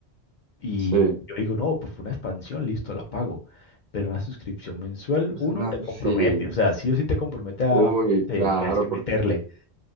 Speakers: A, on the left; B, on the right.
A: y
B: sí.
A: yo digo, no, pues fue una expansión, listo, la pago. Pero una suscripción mensual,
B: Es
A: uno
B: una-
A: te compromete,
B: sí.
A: o sea, sí o sí te compromete a,
B: Uy,
A: te,
B: claro,
A: tienes que meterle.
B: porque